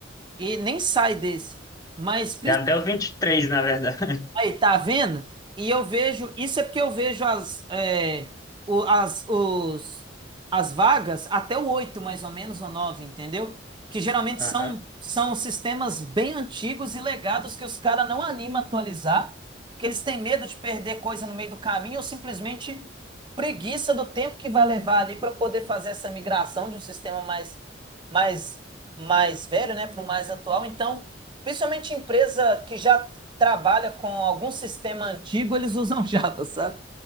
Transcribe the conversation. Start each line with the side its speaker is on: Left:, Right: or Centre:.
Right: e nem sai desse. Mas
Left: Tem até o 23 na verdade.
Right: Aí, tá vendo? E eu vejo, isso é porque eu vejo as, é, o- as, os, as vagas até o 8 mais ou menos, ou nove entendeu? Que geralmente
Left: Aham.
Right: são, são sistemas bem antigos e legados que os caras não animam a atualizar, que eles têm medo de perder coisa no meio do caminho ou simplesmente preguiça do tempo que vai levar ali para poder fazer essa migração de um sistema mais, mais, mais velho, né, para o mais atual. Então, principalmente empresa que já trabalha com algum sistema antigo, eles usam <laughs> Java, sabe?